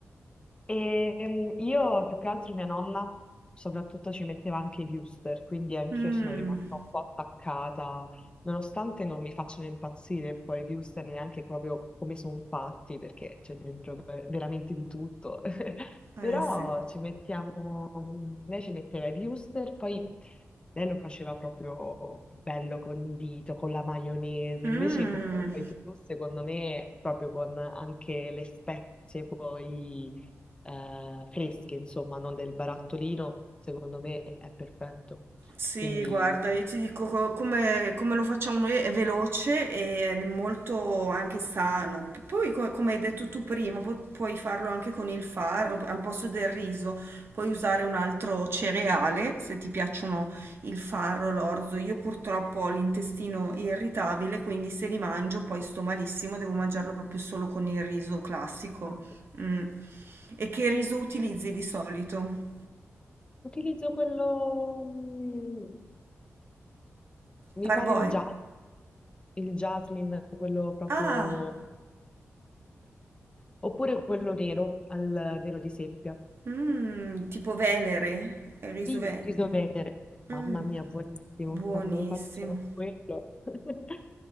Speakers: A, on the left (about 20°); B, on the right (about 55°).
A: E ehm, io più che altro mia nonna soprattutto ci metteva anche i booster, quindi anch'io
B: Mm,
A: sono rimasta un po' attaccata, nonostante non mi facciano impazzire poi i booster neanche proprio come sono fatti, perché c'è dentro ver- veramente di tutto. <laughs>
B: eh
A: Però
B: sì.
A: ci mettiamo, lei ci metteva i wuster, poi lei lo faceva proprio bello condito, con la maionese,
B: Mm.
A: invece come lo fai tu, secondo me, proprio con anche le spezie poi eh, fresche, insomma, non del barattolino, secondo me è perfetto.
B: Sì,
A: Quindi
B: guarda, io ti dico co- come, come lo facciamo noi è veloce e è molto anche sano. P- Poi, co- come hai detto tu prima, pu- puoi farlo anche con il farro al posto del riso. Puoi usare un altro cereale se ti piacciono il farro, l'orzo. Io purtroppo ho l'intestino irritabile, quindi se li mangio poi sto malissimo, devo mangiarlo proprio solo con il riso classico.
A: ah,
B: Mm. E che riso utilizzi di solito?
A: utilizzo quello, mm, mi
B: Parboil.
A: pare il jasmine, il jasmine, quello proprio...
B: Ah!
A: Oppure quello nero al vero di seppia.
B: Mm, tipo Venere, il riso
A: Sì,
B: ve-
A: Riso venere. Mamma
B: Mm,
A: mia, buonissimo.
B: buonissimo.
A: Quando lo faccio con quello. <laughs>